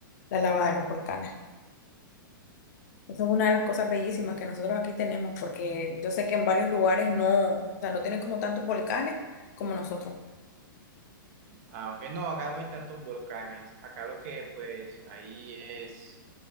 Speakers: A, on the left; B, on the right.
A: la lava de los volcanes. Eso es una de las cosas bellísimas que nosotros aquí tenemos, porque yo sé que en varios lugares no, o sea, no tienen como tantos volcanes como nosotros.
B: Ah, ok, no, acá no hay tantos volcanes. Acá lo que pues ahí es